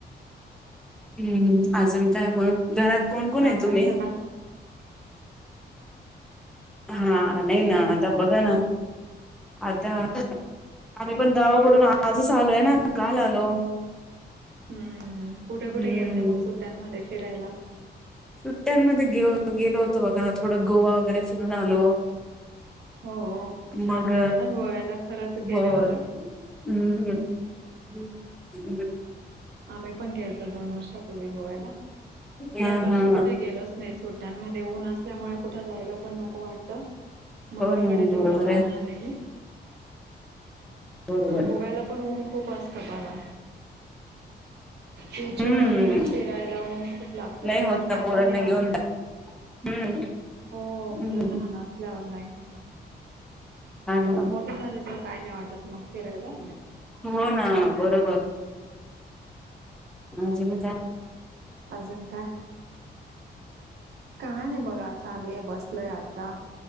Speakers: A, in the centre; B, on the right (about 70°).
A: हम्म अजून काय मग घरात कोण कोण आहे
B: अभ्यासला
A: तुम्ही.
B: काय
A: हा नाही ना आता बघा ना आता. आम्ही पण गावाकडून आजच आलोय ना काल आलो.
B: हम्म कुठे कुठे
A: हम्म
B: गेलते मग सुट्ट्यांमध्ये फिरायला.
A: सुट्ट्यांमध्ये गे गेलो होतो बघा थोडं गोवा वगैरे फिरून आलो.
B: हो छान
A: मग
B: वाटतं ना गोव्याला खरंच केल्यावर
A: हो हम्म ह.
B: आम्ही पण गेलो दोन वर्षापूर्वी गोव्याला
A: हा
B: या वर्षी
A: हा
B: कुठे गेलो असतो. नाही सुट्ट्यांमध्ये ऊन असल्यामुळे कुठं जायला पण नको वाटतं. मम्मीकडे
A: हो ना
B: तेवढे
A: बरोबर
B: जाऊन
A: आहे
B: आले म
A: बरोबर
B: गोव्याला पण ऊन खूप असत पणा टची
A: हम्म
B: व वगैरे फिरायला होऊन खूप लागत
A: नाही
B: घरात
A: होत
B: बापांना.
A: ना पोरांना घेऊन हम्म.
B: हो मुलं
A: हम्म
B: लहान असल्यावर नाही होत.
A: हा ना
B: त मोठे झाले तर काय नाही वाटत मग फिरायला.
A: हो ना बरोबर म्हणजे मी काय
B: अजून काय. काय नाही बघा चालूय बसलय आता.